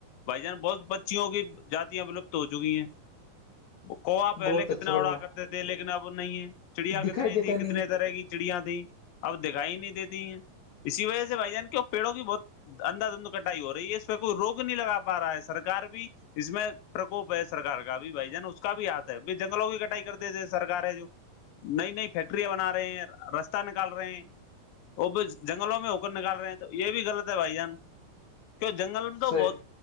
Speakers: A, on the left; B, on the left.
A: بھائی جانس بہت بچیوں کی جاتیاں ولپت ہو چکی ہیں کووا پہلے
B: بہت اچھا
A: کتنا
B: پرگرام
A: اڑا کرتے تھے لیکن اب نہیں ہے چڑیا
B: دکھائی
A: کتنی
B: دیتا
A: تھی
B: نہیں
A: کتنے طرح کی کچڑیاں تیں اب دکھائی نہیں دیتی ہیں اسی وجہ سے بھائی جان کے پڑوں بھی بہت اننددا دھند کٹائی ہو رہی ہے اس پہ کوئی روک نہیں لگا پا رہا ہے سرار بھی اس میں پرکوپ ہے سرار کا بھی بھائی جان اس کا بھی ہاتھ ہے ب جنگلوں کی کٹائی کر دی تھے سرار ہے جو نئی نئی فیکٹریاں بنا رہے ہیں راستہ نکال رہے ہیں وہ بھی جنگلوں میں ہوکر نکال رہے ہیں تو یہ بھی غلط ہے بھائی جان کی جنگل میں تو
B: صحیح
A: بہت